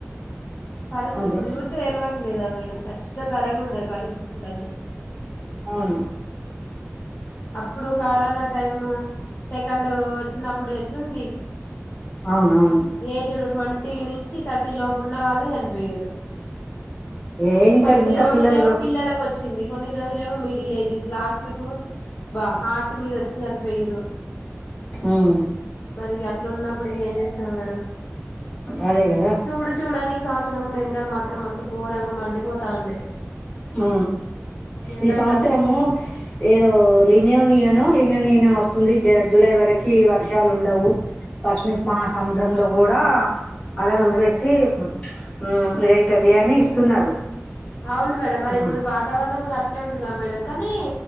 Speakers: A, on the left; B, on the left.
A: పరిస్తి
B: అదే
A: ఇప్పుడు చూత తెలవట్లేదా మేడం కష్ట తరంగా ఉన్నాయి పరిస్థితులన్నీ
B: అవును
A: అప్పుడు కరోనా టైము సెకండ్ వచ్చినప్పుడు ఎట్లుంది
B: అవునవును
A: ఏజ్డ్ ట్వంటీ నుంచి థర్టీ లోపు ఉన్న వాళ్ళే చనిపోయిరు
B: ఏ ఇంకా
A: కొన్ని
B: ఇంకా
A: రోజులు
B: పిల్లలు
A: ఏమో
B: కూడా
A: పిల్లలకు వచ్చి చింది కొన్ని రోజులేమో మిడిల్ ఏజ్ లాస్ట్ కు బా హాటు మీద వచ్చి చనిపోయిరు
B: ఉమ్
A: మరి గట్ల ఉన్నప్పుడు ఏం చేస్తాం మేడం
B: అదే కదా
A: చూడు చూడాలి ఈ సంవత్సరం కూడా ఎండలు మాత్రం మస్తు ఘోరంగా మండిపోతా ఉండి
B: ఆ
A: ఎండలు
B: ఈ సంవత్సరము
A: తట్టుకో
B: ఏదో లినియోనియోనో లీనియోనినియో వస్తుంది జ జులై వరకి వర్షాలు ఉండవు పష్మిక్ మహాసముద్రంలో కూడా అలలు
A: ఆ మేడం
B: వెట్టి ఉమ్ ఇదైతది అని ఇస్తున్నారు
A: అవును మేడం మరి
B: ఉమ్
A: ఇప్పుడు వాతావరణం కూడా అట్నే ఉందిగా మేడం కానీ